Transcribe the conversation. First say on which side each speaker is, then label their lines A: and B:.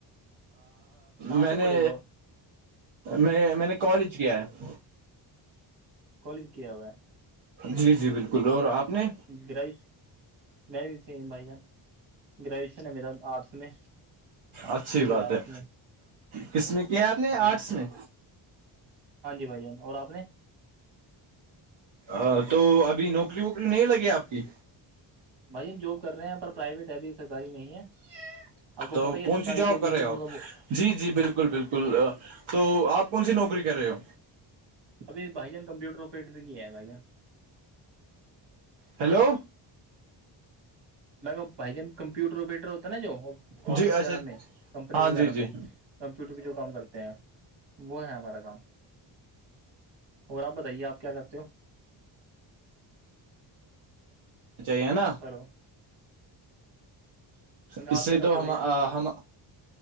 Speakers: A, on the right; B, on the right.
A: کہاں
B: میں
A: تک
B: نے
A: پڑھے ہو
B: میں میں نے کالج کیا ہے
A: کالج کیا ہوا ہے
B: جی جی بالکل اور آپ نے
A: گرس <unintelligible> میں بھی سیم بھائی جان گریجویشن ہے میرا آرٹس میں
B: اچھی
A: بی
B: بات
A: اے آرٹس
B: ہے
A: میں
B: کس میں کیا ہے آپ نے آرٹس
A: جی
B: میں
A: ہاں ج بھائی جان اور آپ نے
B: ا تو ابھی نوکری ووکری نہیں لگی آپ کی
A: بھائی ہم جاب کر رہے ہیں پر پرائیویٹ ہے ابھی سرکاری نہیں ہے آپ کو
B: تو
A: پتہ ہی ہے
B: کون
A: سرکاری
B: سی جاب
A: کے لیے
B: کر رہے
A: کتنا
B: ہو آپ جی جی بالکل بالکل بالکل تو آپ کون سی نوکری کر رہے ہو
A: ابھی بھائی جان کمپیوٹر آوپریٹر کی ہے بھائی جان
B: ہیلو
A: میں بھائی جان کمپیوٹر وپیٹر ہوتا نا جو آفس
B: جی اچھا
A: وغیرہ میں کمپنی
B: ہاں
A: وغیرہ
B: جی جی
A: میں کمپیوٹر پہ جو کام کرتے ہیں وہ ہے ہمارا کام اور آپ بتائیے آپ کیا کرتے ہو
B: چاہیے نا
A: ہلو
B: اس
A: آپ
B: سے
A: کیا کرتے
B: تو
A: ہو
B: ہم
A: بھائی جان
B: ہم